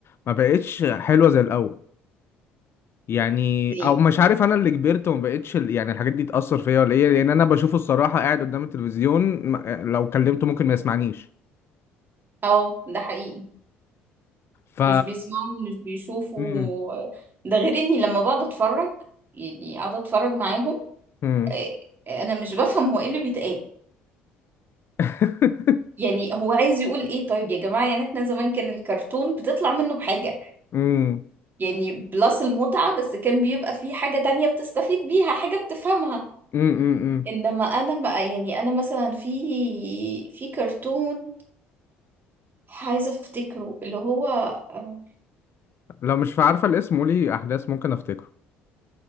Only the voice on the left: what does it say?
ما بقتش حلوه زي الاول يعني
او مش عارف انا اللي كبرت وما بقتش ال- يعني الحاجات دي تاثر فيا ولا ايه لان انا بشوفه الصراحه قاعد قدام التلفزيون ما- آه، لو كلمته ممكن ما يسمعنيش
ف
مم.
مم.
<laughs>
مم.
مم. مم.
لو مش عارفه الاسم قولي احداث ممكن افتكره